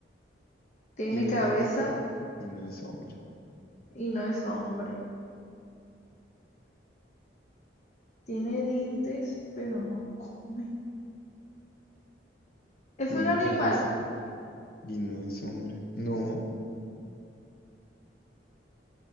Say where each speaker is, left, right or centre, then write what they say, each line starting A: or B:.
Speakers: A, on the left; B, on the left.
A: Tiene
B: Tiene
A: cabeza
B: cabeza y no es hombre.
A: y no es hombre. Tiene dientes, pero no come. Es
B: Tiene
A: un animal,
B: cabeza y no es hombre. No.